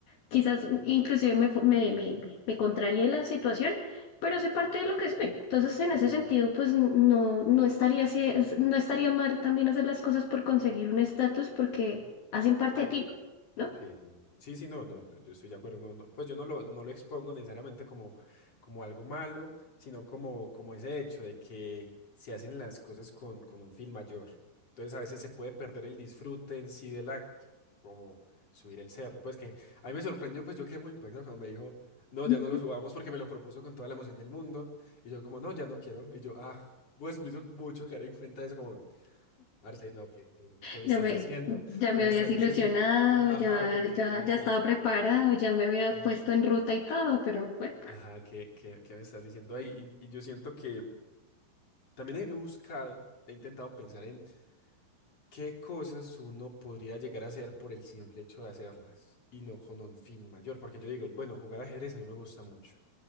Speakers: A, on the left; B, on the left.
A: Quizás inclusive me, fu- me, me, me- me contraríe la situación, pero sé parte de lo que soy. Entonces, en
B: ujú.
A: ese sentido, pues n- no, no estaría así, es- no estaría mal también hacer las cosas por conseguir un estatus porque hacen parte de ti, ¿no?
B: Sí, sí. Sí, sí, no, no, no, yo estoy de acuerdo. No, no, pues yo no lo, no lo expongo necesariamente como, como algo malo, sino como, como ese hecho de que se hacen las cosas con, con un fin mayor. Entonces a veces se puede perder el disfrute en sí del acto, como subir el cerro. Pues que a mí me sorprendió, pues yo quedé muy impactado cuando me dijo, no,
A: <laughs>
B: ya no lo subamos porque me lo propuso con toda la emoción del mundo. Y yo como, no, ya no quiero. Y yo, ah, pues me hizo mucho caer en cuenta de eso, como, Parce, no, ¿qué, qué, qué me
A: Ya
B: estás
A: me,
B: diciendo?
A: ya
B: ¿Qué
A: me
B: me
A: habías
B: estás
A: ilusionado,
B: diciendo? Ajá,
A: ya,
B: ¿qué, qué,
A: ya,
B: qué me
A: ya
B: estás...
A: estaba preparado, ya me había
B: Ajá,
A: puesto en ruta y todo, pero bueno.
B: Ajá, ¿qué, qué, qué me estás diciendo ahí? Y, y yo siento que también he buscado, he intentado pensar en qué cosas uno podría llegar a hacer por el simple hecho de hacerlas y no con un fin mayor. Porque yo digo, bueno, jugar ajedrez a mí me gusta mucho.